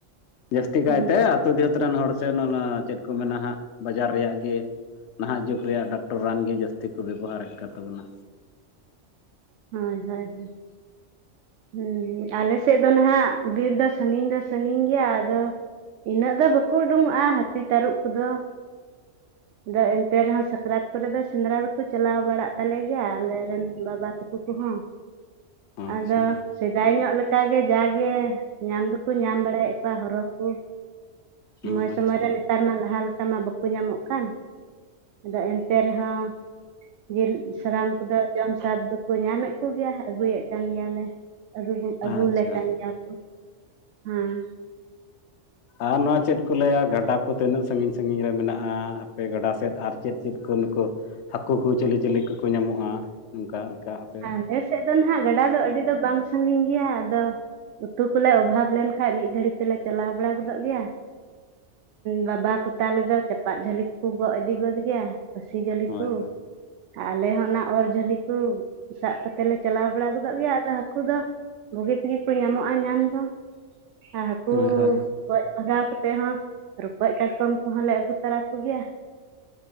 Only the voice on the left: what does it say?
ᱡᱟᱹᱥᱛᱤ
ᱠᱟᱭᱛᱮᱼᱼ ᱟᱛᱳ ᱫᱤᱦᱟᱹᱛ ᱨᱮᱱ ᱦᱚᱲ ᱥᱮ ᱚᱱᱮ ᱚᱱᱟ ᱪᱮᱫ ᱠᱚ ᱢᱮᱱᱟ ᱦᱟᱸᱜ ᱵᱟᱡᱟᱨ ᱨᱮᱭᱟᱜ ᱜᱮ ᱱᱟᱦᱟᱜ ᱡᱩᱜᱽ ᱨᱮᱭᱟᱜ ᱰᱟᱠᱴᱚᱨ ᱨᱟᱱ ᱜᱮ ᱡᱟᱹᱥᱛᱤ ᱠᱚ ᱵᱮᱵᱚᱦᱟᱨᱮᱫ ᱠᱟᱱ ᱛᱟᱵᱚᱱᱟ
ᱟᱪᱪᱷᱟ
ᱟᱪᱪᱷᱟ
ᱟᱪᱪᱷᱟ
ᱟᱪᱪᱷᱟ
ᱟᱨ ᱱᱚᱣᱟ ᱪᱮᱫ ᱠᱚ ᱞᱟᱹᱭᱟ ᱜᱟᱰᱟ ᱠᱚ ᱛᱤᱱᱟᱹᱜ ᱥᱟᱺᱜᱤᱧ ᱥᱟᱺᱜᱤᱧ ᱨᱮ ᱢᱮᱱᱟᱜᱼᱟ ᱟᱯᱮ ᱜᱟᱰᱟ ᱥᱮᱫ ᱟᱨ ᱪᱮᱫ ᱪᱮᱫ ᱠᱚ ᱱᱩᱠᱩᱼᱼ ᱦᱟᱹᱠᱩ ᱠᱚ ᱪᱮᱞᱮ ᱪᱮᱞᱮ ᱠᱚᱠᱚ ᱧᱟᱢᱚᱜᱼᱟ ᱱᱚᱝᱠᱟ ᱞᱮᱠᱟ ᱟᱯᱮ
ᱦᱳᱭ
ᱦᱳᱭ ᱦᱳᱭ ᱦᱳᱭ